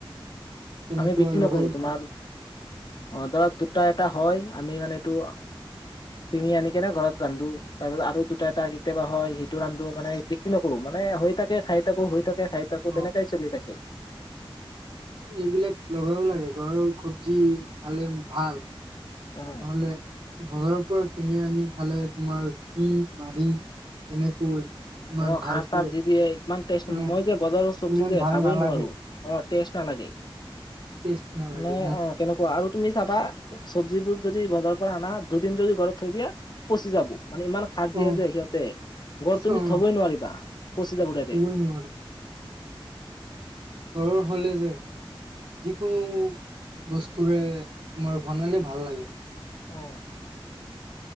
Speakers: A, on the right; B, on the left.
A: তেনেকুৱা
B: আমি বিক্ৰী নকৰো
A: লগাই
B: তোমাৰ
A: থাকে
B: অ' ধৰা দুটা এটা হয় আমি মানে এইটো <inaudible> চিঙি আনি কেনে ঘৰত ৰান্ধো। তাৰপিছত আৰু দুটা এটা কেতিয়াবা হয় সেইটো ৰান্ধো মানে বিক্ৰী নকৰো মানে হয় থা কে খাই থাকো হৈ খাই থাকে খাই থাকো
A: অ
B: তেনেকাই চলি থাকে।
A: এইবিলাক লগাব লাগে ঘৰৰ চব্জি খালে ভাল।
B: অ
A: নহ'লে বজাৰৰ পৰা কিনি আনি খালে, তোমাৰ কি মাৰি কেনেকৈ? ইমান
B: অ'
A: ভালকে
B: খাৰ চাৰ দি দিয়ে ইমান টেষ্ট
A: অ
B: মই যে বজাৰৰ চব্জি
A: ইমান
B: যে
A: ভাল
B: খাবই
A: নালাগে
B: নোৱাৰো। অ' টেষ্ট নালাগে
A: টেষ্ট নালাগে
B: নে অ' কেনেকুৱা আৰু তুমি চাবা চব্জিবোৰ যদি বজাৰৰ পৰা আনা দুদিন যদি ঘৰত থৈ দিয়া পচি যাব মানে ইমান। সাৰ দিয়ে
A: অ
B: যে সিহঁতে ঘৰত
A: চ-
B: তুমি
A: অ
B: থবই নোৱাৰিবা পঁচি যাব ডাইৰেক্ট।
A: থবই নোৱাৰো। ঘৰৰ হ'লে যে যিকোনো বস্তুৰে তোমাৰ বনালে ভাল লাগে।
B: উম।